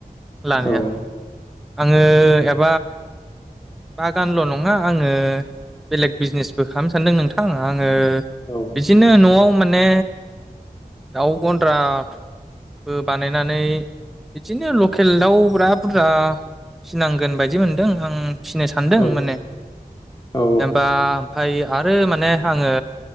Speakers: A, in the centre; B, on the left (about 30°).
A: लानाया
B: औ
A: <inaudible> बागानल नंङा आंङो बेलेग बिजनेसबो खालामनो सान्दों नोंथां आं ओ
B: औ
A: बिदिनो नआव म माने दाउ गन्द्रा बो बानायनानै बिदिनो लकेल दाउ ब्रा बुरजा फिनांगोन बायदि मोन्दों आं फिनो सानदों
B: औ
A: माने
B: औ
A: जेनबा ओमफ्राय आरो माने आंङो